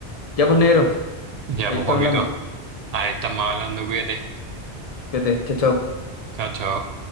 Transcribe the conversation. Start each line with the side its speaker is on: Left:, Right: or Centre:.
Left: Ya pues, negro.
Right: Ya,
Left: Ahí
Right: pues,
Left: estamos
Right: Joaquito,
Left: hablando.
Right: ahí estamos hablando, cuídate.
Left: Fíjate. Chao, chao.
Right: Chao, chao.